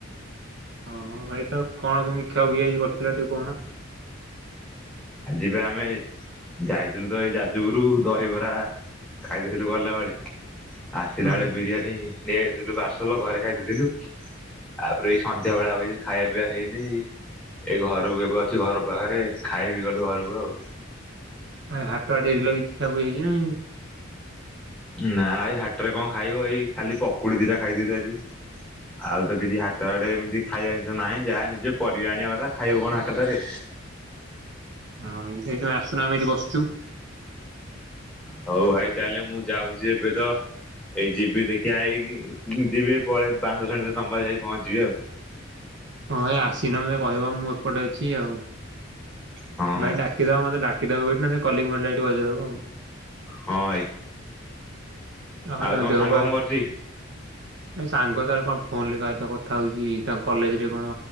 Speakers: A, on the right (about 60°); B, in the centre.
A: ଓଁ ଭାଇ ତ କଣ କେମିତି ଖିଆୁଇଆ କରିଥିଲା ଟିକେ କହୁହନା
B: ଆଜି ପାଇଁ ଆମେ ଯାଇଥିଲୁ ଦହି ଯାଜୁଗରୁ ଦହିବରା ଖାଇଦଥିଲୁ ଗଲା ବେଳେ ଆସିଲା
A: ହଁ
B: ବେଳେ ବିରିୟାନୀ ନେଇ ଆସଥିଲୁ ପାର୍ସଲ ଘରେ ଖାଇ ଦେଇେଇଥିଲୁ ତାପରେ ଏଇ ସନ୍ଧ୍ୟା ବଳିଆ ଆଉଛି ଖାଇବା ପିଆ ହେଇନି ଏଇ ଘରକୁ ଏବେ ଅଛି ଘର ପାଖରେ ଖାଇବି ଗଲେ ଆଉ
A: ଆ ହାଟ ବାଡେ କିଛି ଖ ହେଇଛି
B: ନା ଏଇ ହାଟରେ କଣ ଖାଇବ ଏଇ ଖାଲି ପକୁଡି ଦଟା ଖାଇଦଲୁ ଆଜି ଆଉ ତ କିଛି ହାଟ ହଡେ ଏମିତି ଖାଇବା ଜିନିଷ ନାହିଁ ଯାହା ନିଜେ ପରିବା ଆଣିବା କଥା ଖାଇବ କଣ ହାଟଟାରେ
A: ହଁ ଏଇ ଯାଇ ତମେ ଆସୁନମେ ଏଇଠି ବସିଛୁ
B: ହଉ ଭାଇ ତାହେଲେ ମୁଁ ଯାଉଛି ଏବେ ତ ଏଇ ଯିବି ଦେଖିିବା ହେଇି ଯିବି ପଳେଇ ପାଞ୍ଚ ଦଶଣ ତ ତମ୍ବା ଯାଇି ପହଞ୍ଚିବି ଆଉ
A: ହଁ ଏ ଆସିନା କହିବ ମୁଁ ଏପଟେ ଅଛି ଆଉ
B: ହଁ ହଁ
A: ଭାଇ ଡାକିଦବା ମତେ ା କେେବେଠି ନ କଲି ମିଲା ଏଠି ବଜେଇଦବ ଆଉ
B: ହଁ ଭାଇ
A: ଭାଇ
B: ଆଉ ତମ
A: ଦେହ
B: ସାଙ୍ଗ
A: ପା
B: କଣ କରୁଛି
A: ଏ ସାଙ୍ଗ ତ କଣ ଫୋନ ରେ କଥା ହଉଚଛି ତାଙ୍କ କଲେଜ ରେ ଣ